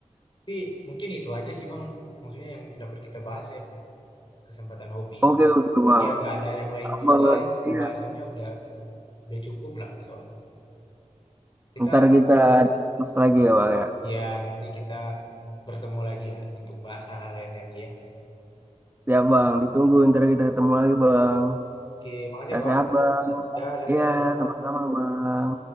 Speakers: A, on the left (about 40°); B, on the right (about 15°).
A: Tapi mungkin itu aja sih bang, maksudnya yang dapat kita bahas ya kesempatan hobi ini.
B: Oke oke bang.
A: Ya nggak ada yang lain
B: Abang,
A: juga ya, pembahasannya
B: iya.
A: udah udah cukup lah soalnya. Kita
B: Ntar kita discuss lagi ya bang ya.
A: Iya, nanti kita bertemu lagi lah untuk bahas hal-hal lain lagi ya.
B: Ya bang, ditunggu ntar kita ketemu lagi bang.
A: Oke, makasih
B: Ya
A: ya Bang.
B: sehat bang.
A: Ya, saya
B: Iya,
A: sehat juga.
B: sama-sama bang.